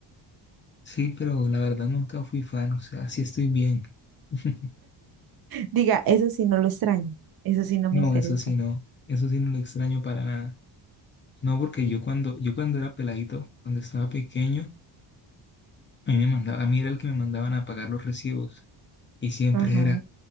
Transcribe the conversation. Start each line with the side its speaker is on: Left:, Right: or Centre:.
Left: Sí, pero la verdad nunca fui fan, o sea, sí estoy bien. <laughs>
Right: Diga, eso sí no lo extraño, eso sí no
Left: No,
Right: me interesa.
Left: eso sí no, eso sí no lo extraño para nada. No, porque yo cuando, yo cuando era peladito, cuando estaba pequeño, a mí me mandaba, a mí era el que me mandaban a pagar los recibos. Y siempre
Right: Ajá.
Left: era,